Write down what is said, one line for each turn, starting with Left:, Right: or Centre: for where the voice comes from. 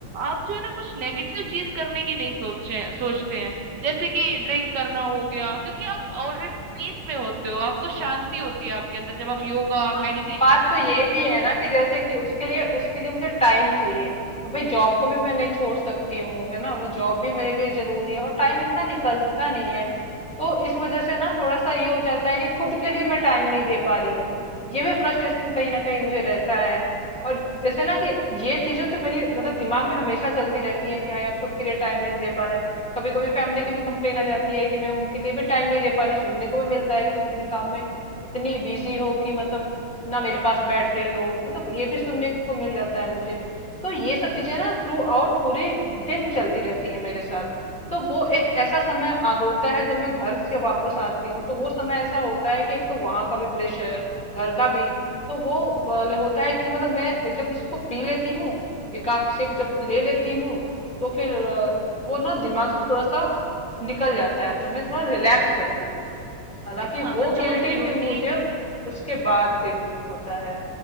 Right: आप जो है ना कुछ नेगेटिव चीज करने की नहीं सोचते सोचते हैं जैसे कि ड्रिंक करना हो गया क्योंकि आप ऑलरेडी पीस में होते हो आपको शांति होती है आपके अंदर जब आप योगा
Centre: हाँ,
Right: मेडिटेशन
Centre: बात
Right: जैसी
Centre: तो ये
Right: चीजें
Centre: भी
Right: करते
Centre: है
Right: हैं
Centre: ना कि जैसे कि उसके लिए उसके लिए मुझे टाइम चाहिए अभी जॉब को भी मैं नहीं छोड़ सकती हूँ है ना वो जॉब भी मेरे लिए जरूरी है और टाइम इतना निकलता नहीं है तो इस वजह से ना थोड़ा सा ये हो जाता है कि खुद के लिए मैं टाइम नहीं दे पा रही हूँ ये भी फ्रस्ट्रेशन कहीं ना कहीं मुझे रहता है और जैसे ना कि ये चीजें तो मेरी मतलब दिमाग में हमेशा चलती रहती है कि हाँ यार खुद के लिए टाइम नहीं दे पा रहे कभी कभी फैमिली की भी कंप्लेन आ जाती है कि मैं उनके लिए भी टाइम नहीं दे पा रही सुनने को भी मिलता है कि तुम अपने काम में इतनी बिजी हो कि मतलब ना मेरे पास बैठ रही हो मतलब ये भी सुनने को मिल जाता है मुझे तो ये सब चीजें ना थ्रू आउट पूरे दिन चलती रहती है मेरे साथ तो वो एक ऐसा समय आ, होता है जब मैं घर से वापस आती हूँ तो वो समय ऐसा होता है कि एक तो वहां का भी प्रेशर घर का भी तो वो अ, होता है कि मतलब मैं जब इसको पी लेती हूँ एकाक सिप जब ले लेती हूँ तो फिर अ, वो ना दिमाग से थोड़ा सा निकल जाता है तो मैं थोड़ा रिलैक्स करती हूँ हालांकि
Right: हाँ
Centre: वो
Right: मैं समझ
Centre: गिल्टी
Right: रही हूँ
Centre: फिर
Right: कि
Centre: मुझे उसके बाद फिर होता है